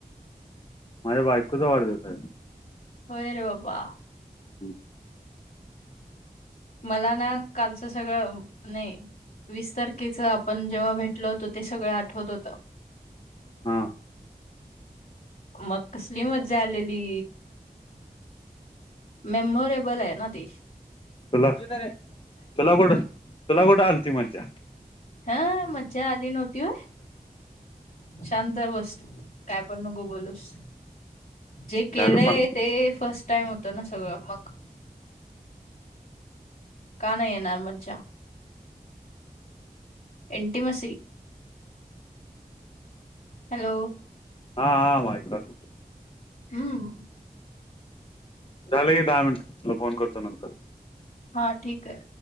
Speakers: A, on the left (about 35°); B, on the left (about 65°).
A: माझ्य बायकोचा वाढदिवस आहे
B: होय रे बाबा
A: हम्
B: मला ना कालचं सगळं नाही वीस तारखेच आपण जेव्हा भेटल होतो ते सगळं आठवत होतं
A: हा
B: मग कसली मज्जा आलेली मेमोरेबल आहे ना तेी
A: चला चला कोठ चुला कोठं आलती मज्जा
B: हा मज्जा आली नव्हती व शांत बस तू काय पण नको बोलूस जे केलंय
A: झालं पण
B: ते फर्स्ट टाईम होत ना सगळं मग का नाही येणार मजजा एनटिमस हॅलो
A: हा हां वाटबघतो
B: हम्
A: झालंय दहा मिनट मला फोन करतो नंतर
B: हा ठीक आहे